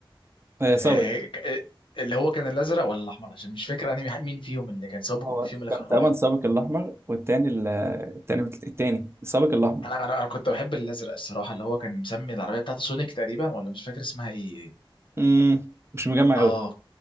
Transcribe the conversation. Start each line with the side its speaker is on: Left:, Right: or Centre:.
Right: آه، صابر
Left: آه... ك- آه، اللي هو كان الازرق ولا الاحمر عشان مش فاكر انا مين فيهم اللي كان سابق
Right: هو
Left: ومين فيهم اللي
Right: كان
Left: كان راح
Right: تقريبا السابق الأحمر والتاني ال- التاني التاني السابق الأحمر
Left: انا انا انا كنت بحب الازرق الصراحه اللي هو كان مسمي العربيه بتاعته سونيك تقريبا ولا مش فاكر اسمها ايه
Right: امم مش مجمع
Left: اه
Right: أوي